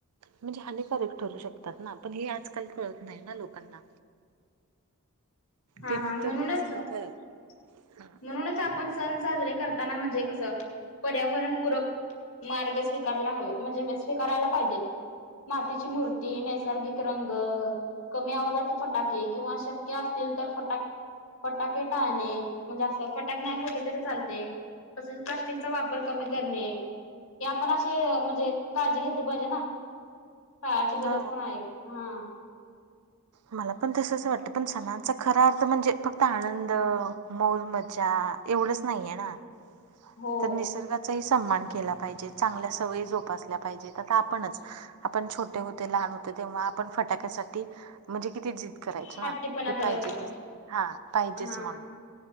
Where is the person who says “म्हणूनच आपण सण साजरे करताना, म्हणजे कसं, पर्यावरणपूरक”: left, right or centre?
Left